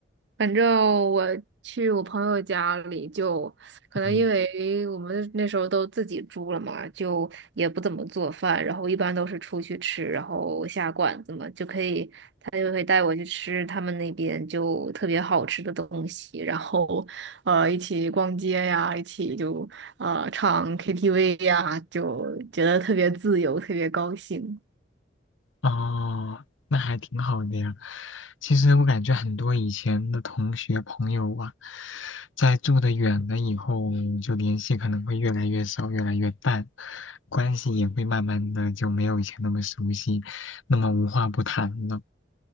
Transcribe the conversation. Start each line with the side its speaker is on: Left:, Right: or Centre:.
Right: 反正我去我朋友家里就，可能因为我们那时候都自己住了嘛，
Left: 嗯，
Right: 就也不怎么做饭，然后一般都是出去吃，然后下馆子嘛，就可以，他就会带我去吃他们那边就特别好吃的东西，然后呃一起逛街呀，一起就呃唱 KTV 呀，就觉得特别自由，特别高兴。
Left: 哦，那还挺好的呀。其实我感觉很多以前的同学朋友啊，在住的远了以后，就联系可能会越来越少，越来越淡，关系也会慢慢的就没有以前那么熟悉，那么无话不谈了。